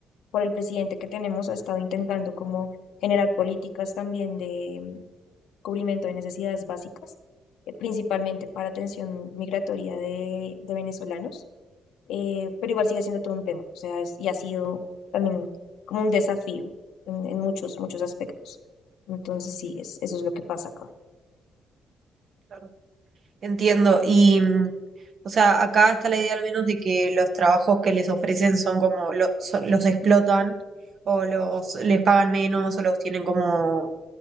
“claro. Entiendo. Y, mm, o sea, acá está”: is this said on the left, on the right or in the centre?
Right